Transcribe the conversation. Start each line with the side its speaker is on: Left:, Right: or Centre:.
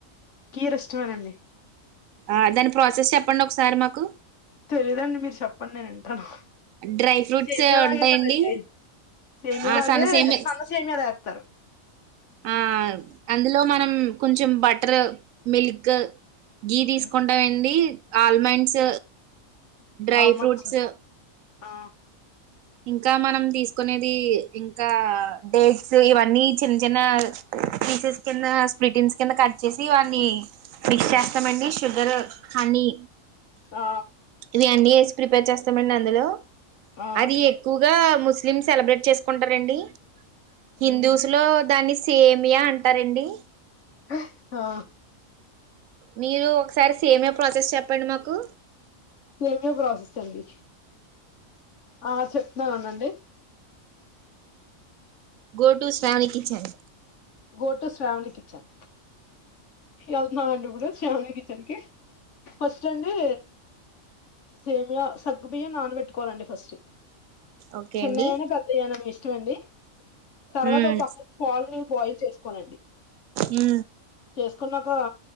Left: కేర్ ఇష్టమేనండి
Right: ఆ దాని ప్రాసెస్ చెప్పండి ఒకసారి మాకు
Left: తెలిదండి మీరు చెప్పండి నేను వింటాను
Right: డ్రై ఫ్రూట్స్
Left: సేమయాలాగే
Right: ఉంటాయండి
Left: కదండి సేమయాలాగే
Right: ఆ సనసేమి
Left: సన్న సేమ్యాలు ఎత్తారు
Right: ఆ అందులో మనం కొంచెం బటర్ మిల్క్ గీ తీసుకుంటా
Left: హ్మ్.
Right: అండి ఆల్మండ్స్ డ్రై
Left: ఆల్మండ్స్
Right: ఫ్రూట్స్
Left: ఆ
Right: ఇంకా మనం తీసుకునేది ఇంకా డేట్స్ ఇవన్నీ చిన్న చిన్న పీసెస్ కింద ప్రోటీన్స్ కింద కట్ చేసి వాని మిక్స్ చేస్తామండి షుగర్ హనీ
Left: ఆ
Right: ఇవి అన్నీ వేసి ప్రిపేర్ చేస్తామండి అందులో
Left: ఆ
Right: అది ఎక్కువగా ముస్లిం సెలబ్రేట్ చేసుకుంటారండి హిందుస్లో
Left: మ్
Right: దాన్ని సేమియా అంటారండి
Left: హ ఆ
Right: మీరు ఒకసారి సేమియా ప్రాసెస్ చెప్పండి మాకు
Left: సేమియా ప్రాసెస్ అండి ఆ చెప్తున్నాను అండి
Right: go to Shravani kitchen
Left: go to Shravani kitchen వెళ్తున్నాండి ఇప్పుడు శ్యావణి కిచెన్ కి ఫస్ట్ అండి సేమియ సగ్గుబియ్య నానబెట్టుకోవాలండి ఫస్ట్
Right: ఓకే
Left: చిన్నయనా
Right: అండి
Left: పెద్దయ్యానా మీ ఇష్టం అండి తర్వాత
Right: ఉమ్
Left: ఒక పక్క పాల్ ని బాయిల్ చేసుకోవాలి అండి
Right: ఉ
Left: చేసుకున్నాక